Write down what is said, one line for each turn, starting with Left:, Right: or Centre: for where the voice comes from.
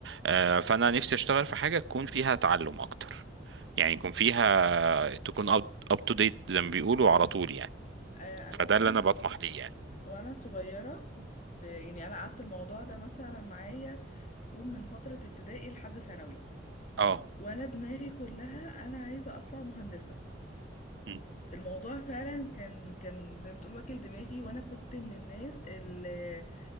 Right: آه، فانا نفسي اشتغل في حاجه تكون فيها تعلم اكتر يعني يكون فيها تكون اب تو ديت زي ما بيقولوا على طول يعني
Left: آه، انا
Right: فده
Left: وانا
Right: اللي انا بطمح ليه يعني
Left: وانا صغيره كنت يعني انا قعدت الموضوع ده مثلا معايا قول من فتره ابتدائي لحد ثانوي
Right: اه
Left: وانا دماغي كلها انا عايزه اطلع مهندسه
Right: مم.
Left: الموضوع فعلا كان كان زي ما تقول واكل دماغي وانا كنت من الناس اللي